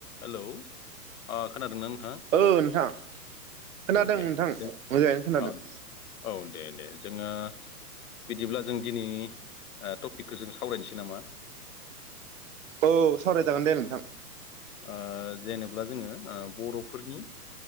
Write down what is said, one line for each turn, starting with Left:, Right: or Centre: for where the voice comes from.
Left: Hello अ खोनादोंना नों
Right: ओ नोंथां खोनदों
Left: दे
Right: नोंथां
Left: जों
Right: मोजाङैनो खोनादों।
Left: औ औ दे दे जोङो बिदिब्ला जों दिनि ओह टपिकखो जों सावरायनोसै नामा?
Right: औ सावरायजागोन दे नोंथां।
Left: ओ जेनेब्ला जोङो। ओ बरफोरनि